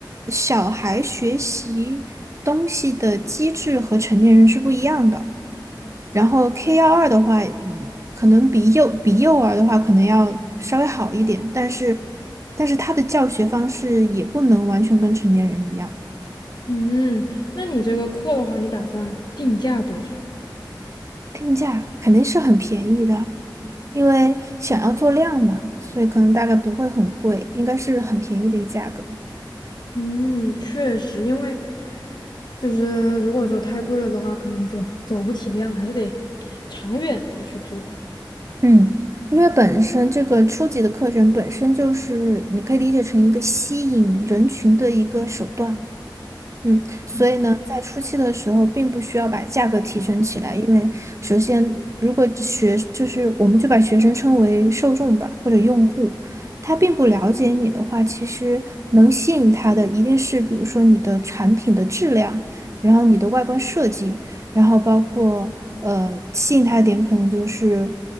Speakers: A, on the right; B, on the left.
A: 呃小孩学习东西的机制和成年人是不一样的。然后 K 幺二的话，嗯，可能比幼比幼儿的话可能要稍微好一点，但是但是他的教学方式也不能完全跟成年人一样。
B: 嗯，那你这个课的话，你打算定价多少？
A: 定价肯定是很便宜的，因为想要做量嘛，所以可能大概不会很贵，应该是很便宜的一个价格。
B: 嗯，确实，因为就是如果说太贵了的话，可能就 <laughs> 走不起量了，还是得长远的去做。
A: 嗯，因为本身这个初级的课程本身就是你可以理解成一个吸引人群的一个手段。嗯，所以呢，
B: 嗯
A: 在初期的时候，并不需要把价格提升起来，因为首先，如果学就是我们就把学生称为受众吧，或者用户，他并不了解你的话，其实能吸引他的一定是，比如说你的产品的质量，然后你的外观设计，然后包括呃吸引他的点可能就是，